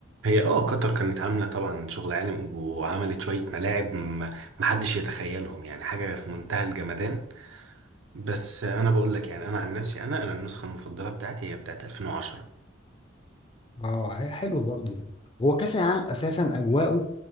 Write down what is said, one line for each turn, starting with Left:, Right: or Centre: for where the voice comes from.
Right: هي اه قطر كانت عاملة طبعا شغل عالم وعملت شوية ملاعب م- محدش يتخيلهم يعني حاجة في منتهى الجمدان بس انا بقول لك يعني انا عن نفسي انا انا النسخة المفضلة بتاعتي هي بتاعت 2010
Left: اه هي حلوه برضو هو كاس العالم اساسا اجواءه